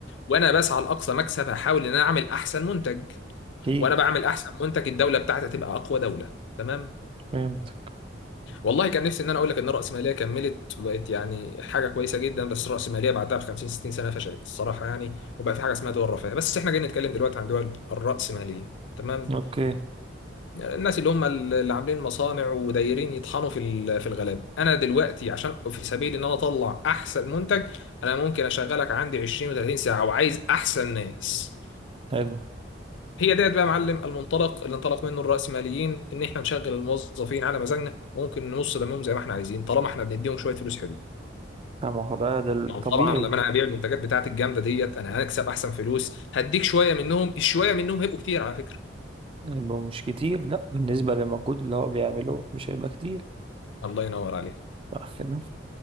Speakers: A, on the left; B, on the right.
A: وانا بسعى لاقصى مكسب هحاول ان انا اعمل احسن منتج
B: اكيد
A: وانا بعمل احسن منتج الدولة بتاعتي تبقى اقوى دولة تمام
B: فهمت
A: والله كان نفسي ان انا اقول لك ان الرأسمالية كملت وبقت يعني حاجة كويسة جدا بس الرأسمالية بعدها ب 50 60 سنة فشلت الصراحة يعني وبقى في حاجة اسمها دول رفاهية بس احنا جايين نتكلم دلوقتي عن دول الرأسمالية تمام
B: اوكي
A: الناس اللي هم اللي عاملين مصانع ودايرين يطحنوا في ال- في الغلاب انا دلوقتي عشان في سبيل ان انا اطلع احسن منتج انا ممكن اشغلك عندي 20 و30 ساعة وعايز احسن ناس
B: حلو
A: هي ديت بقى يا معلم المنطلق اللي انطلق منه الرأسماليين ان احنا نشغل الموظفين على مزاجنا وممكن ننص دمهم زي ما احنا عايزين طالما احنا بنديهم شويه فلوس حلو
B: طبعا ده ده الطبيعي
A: لو طبعا لما انا هبيع المنتجات بتاعتي الجامده ديت انا هكسب احسن فلوس هديك شويه منهم الشويه منهم هيبقوا كتير على فكره
B: يبقوا مش كتير لا بالنسبة للمجهود اللي هو بيعمله مش هيبقى كتير
A: الله ينور عليك
B: صح كده